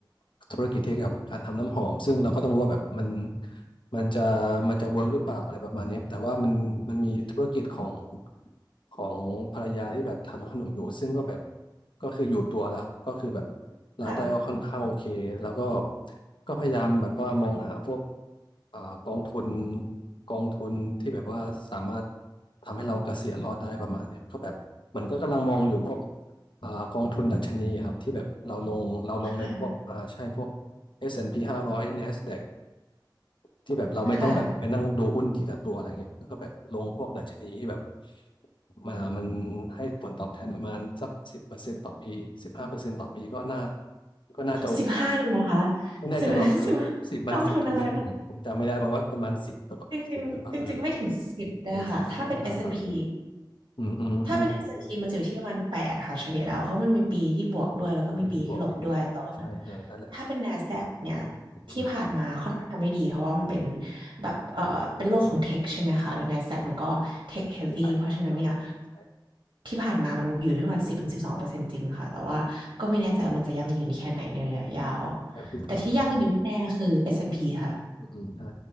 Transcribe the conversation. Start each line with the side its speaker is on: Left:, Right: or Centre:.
Left: ธุรกิจที่เกี่ยวกับการทำน้ำหอมซึ่งเราก็ต้องรู้ว่าแบบมันมันจะมันจะเวิร์กหรือเปล่าอะไรประมาณเนี้ยแต่ว่ามันมันมีธุรกิจของของภรรยาที่แบบทำขนมอยู่ซึ่งก็แบบก็คืออยู่ตัวแล้วก็คือแบบรายได้ก็ค่อนข้างโอเคแล้วก็
Right: ค่ะ
Left: ก็พยายามแบบว่ามองหาพวกอ่ากองทุนกองทุนที่แบบว่าสามารถทำให้เราเกษียณรอดได้ประมาณเนี้ยก็แบบมันก็กำลังมองอยู่พวก อ่ากองทุนดัชนีครับที่แบบเราลงเราลงในพวกอ่าใช่พวก
Right: ค่ะ
Left: S&P 500 NASDAQ ที่แบบเราไม่ต้องแบบไปนั่งดูหุ้นทีละตัวอะไรเงี้ยแล้วก็แบบลงพวกดัชนีที่แบบ
Right: ค่ะ
Left: มามันให้ผลตอบแทนประมาณสักสิบเปอร์เซ็นต์ต่อปีสิบห้าเปอร์เซ็นต์ต่อปีก็น่าก็น่าจะโอเค
Right: สิบห้าเลยนะคะ
Left: ไม่แน่ใจว่าเออสิบมันสิบใช่ไหมผมผมจำไม่ได้มาว่าประมาณสิบหรือสิบหรือเปล่าเออ
Right: สิบ <laughs> สิบกองทุนอะไร จริงๆจริงๆไม่ถึงสิบได้ค่ะถ้าเป็นเอสแอนด์พี
Left: ไม่ถึงสิบใช่ไหมอ่าอ่าอืมอืมอืม
Right: ถ้าเป็นเอสแอนด์พีมันจะอยู่ที่ประมาณแปดค่ะเฉลี่ยแล้วเพราะมันมีปีที่บวกด้วยแล้วก็มีปีที่ลบด้วยแต่ว่า
Left: มีที่บวกปีกลบใช่เออนั่นแหละ
Right: ถ้าเป็น NASDAQ เนี่ย
Left: อืม
Right: ที่ผ่านมาค่อนข้างทำไม่ดีเพราะว่ามันเป็นแบบเอ่อเป็นโลกของเทคใช่ไหมคะแล้ว NASDAQ มันก็เทคเฮฟวี่เพราะฉะนั้นเนี่ย
Left: อีไอผมกำลังใช้
Right: ที่ผ่านมามันอยู่ที่ประมาณสิบถึงสิบสองเปอร์เซ็นต์จริงค่ะแต่ว่าก็ไม่แน่ใจว่ามันจะยั่งยืนแค่ไหนในระยะยาว
Left: แต่คือก็ไม่ได้
Right: แต่ที่ยั่งยืนแน่ๆคือเอสแอนด์พีค่ะ
Left: อืมอืมใช่